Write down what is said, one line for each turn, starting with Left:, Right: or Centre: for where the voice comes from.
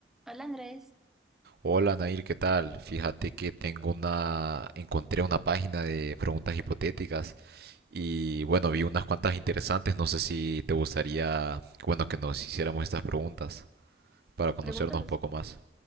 Centre: Hola Andrés,
Right: Hola Nair, ¿qué tal? Fíjate que tengo una, encontré una página de preguntas hipotéticas y bueno, vi unas cuantas interesantes. No sé si te gustaría, bueno, que nos hiciéramos estas preguntas para conocernos
Centre: preguntas,
Right: un
Centre: as-
Right: poco más.